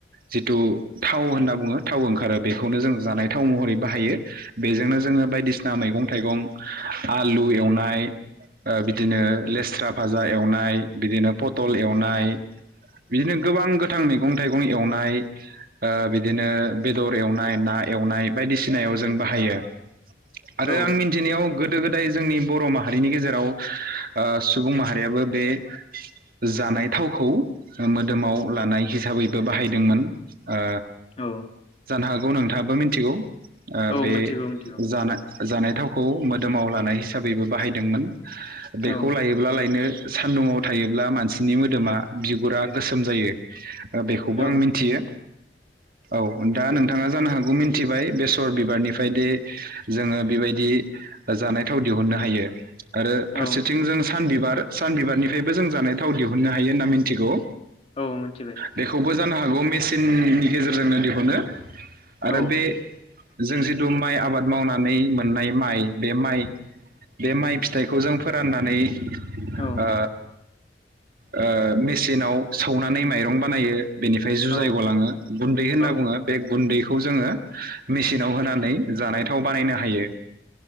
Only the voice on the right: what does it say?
जिथु थाव होनना बुंङो थाव ओंखारो बेखौनो जों जानाय थाव महरै बाहायो। बेजोंनो जोंङो बायदिसिना मैगं थाइगं आलु एवनाय ओ बिदिनो लेस्राबो बाजा एवनाय बिदिनो पटल एवनाय बिदिनो गोबां गोथां मै गं थाइगं एवनाय ओ बिदिनो बेदर एव‌ नाय ना एवनाय बायदिसिनायाव जों बाहायो‌ आरो
आं
मिन्थिनायाव गोदो-गोदाय जोंनि बर माहारिनि गेजेराव ओ सुबुं माहारियाबो बे जानाय थावखौ मोदोमाव लानाय हिसाबै बाहायदोंमोन ओ
जानो हागौ नोंथाङाबो मिन्थिगौ।
बे
जानाय जानाय थावखौ मोदोमाव लानाय हिसाबैबो बाहायदोंमोन बेखौ
लायोब्ला लायनो <inaudible> सान्दुङाव थायोब्ला मानसिनि मोदोमा बिगुरा गोसोम जायो। बेखौबो
आं मिन्थियो। औ दा नोंथाङा जानो हाग बे मिन्थिबाय बेसर बिबारनिफ्रायदि जोङो बेबायदि जानाय थाव दिहुननो हायो आरो
फारसेथिं जों सा सानबिबार सानबिबारनिफ्रायबो जों जानाय थाव दिहुननो हायो होनना मिन्थिगौ
बेखौबो जानो हागौ मेसिननि गेजेरजोंनो दिहुनो
आरो बे जों जिथु माइ आबाद मावनानै मोननाय माइ बे माइ बे माइ फिथाइखौ जों फोराननानै
ओ ओ मेसिनाव सौनानै माइरं बानायो बेनिफ्राय जुजाय
गलाङो गुन्दै होनना
बुङो बे गुन्दैखौ खौ जोङो मेसिनाव होनानै जानाय थाव बानायनो हायो।